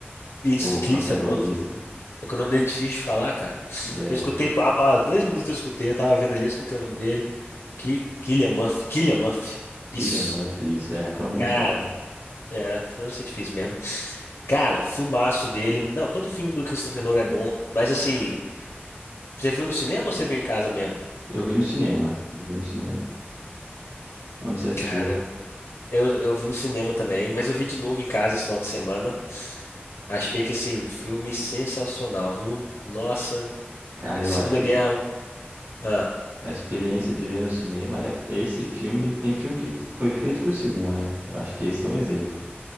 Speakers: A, on the left; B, on the right.
A: isso,
B: o protagonista,
A: Cillian Murphy. É que o nome dele é difícil de falar, cara.
B: é,
A: Eu escutei, há, há dois minutos eu escutei, eu tava vendo ali, eu escutei o nome dele. Que, Cillian Murphy, Cillian Murphy.
B: Cillian
A: Isso,
B: Murphy, isso é a pronúncia,
A: cara,
B: eu não vou.
A: é, não sei, difícil mesmo. Cara, filmaço dele. Não, todo filme do Christopher Nolan é bom, mas assim, você viu no cinema ou você viu em casa mesmo?
B: Eu vi no cinema, eu vi no cinema. Onde você assistiu?
A: Cara, eu, eu vi no cinema também, mas eu vi de novo em casa esse final de semana. Achei que, assim, filme sensacional, viu? Nossa,
B: Cara,
A: e
B: eu
A: Segunda
B: acho que
A: Guerra. Ah,
B: a experiência de ver no cinema é, é esse filme, tem filme que foi feito pro cinema, né? Eu acho que esse é um exemplo.